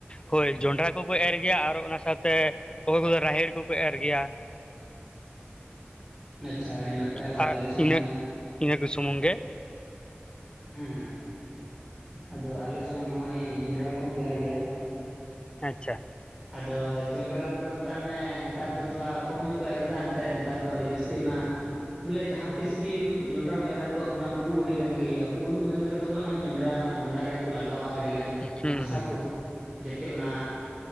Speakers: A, on the left; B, on the right.
A: ᱦᱳᱭ ᱡᱚᱱᱰᱨᱟ ᱠᱚᱠᱚ ᱮᱨ ᱜᱮᱭᱟ ᱟᱨ ᱚᱱᱟ ᱥᱟᱶᱛᱮ ᱚᱠᱚᱭ ᱠᱚᱫᱚ ᱨᱟᱦᱮᱲ ᱠᱚᱠᱚ ᱮᱨ ᱜᱮᱭᱟ᱾
B: ᱟᱪᱪᱷᱟ ᱟᱹᱰᱤ ᱱᱟᱯᱟᱭ ᱟᱫᱚ
A: ᱟᱨ
B: ᱟᱞᱮᱥᱮᱫ
A: ᱤᱱᱟᱹᱜ
B: ᱦᱚᱸ ᱱᱚᱜᱼᱚᱭ
A: ᱤᱱᱟᱹ ᱠᱚ ᱥᱩᱢᱩᱝ ᱜᱮ
B: ᱦᱮᱸ ᱟᱫᱚ ᱟᱞᱮᱥᱮᱫ ᱦᱚᱸ ᱱᱚᱜᱼᱚᱭ ᱡᱚᱱᱰᱨᱟ ᱠᱚᱦᱚᱸ ᱠᱚ ᱮᱨ ᱜᱮᱭᱟ᱾
A: ᱟᱪᱪᱷᱟ᱾
B: ᱟᱫᱚ ᱡᱚᱱᱰᱨᱟ ᱠᱚᱫᱚ ᱢᱮᱛᱟᱜ ᱢᱮ ᱱᱮᱛᱟᱨ ᱫᱚ ᱛᱷᱚᱲᱟ ᱠᱚᱢ ᱧᱚᱜ ᱠᱚ ᱮᱨ ᱮᱫᱟ ᱮᱱᱛᱮᱫ᱾ ᱱᱮᱛᱟᱨ ᱫᱚ ᱟᱹᱰᱤ ᱡᱟᱹᱥᱛᱤ ᱚᱱᱟ ᱵᱚᱞᱮ ᱡᱟᱦᱟᱸ ᱛᱤᱥ ᱜᱮ ᱡᱚᱱᱰᱟᱢ ᱮᱨᱟ ᱛᱚ ᱚᱱᱟ ᱯᱩ ᱟᱹᱰᱤ ᱜᱟᱱ ᱜᱮ ᱦᱳᱭᱳᱜᱼᱟ ᱯᱩ ᱫᱚ ᱢᱮᱱ ᱠᱟᱛᱮᱫ ᱫᱚ ᱵᱚᱞᱮ ᱡᱚᱸᱰᱨᱟ ᱚᱱᱟ ᱜᱚᱰᱟ ᱨᱮᱠᱚ ᱞᱟᱜᱟᱣ-ᱟᱜ ᱟ ᱟᱹᱰᱤ ᱜᱟᱱ
A: ᱦᱩᱸ
B: ᱦᱟᱥᱟ
A: ᱦᱩᱸ
B: ᱠᱚ
A: ᱦᱩᱸ
B: ᱡᱟᱛᱮ ᱚᱱᱟ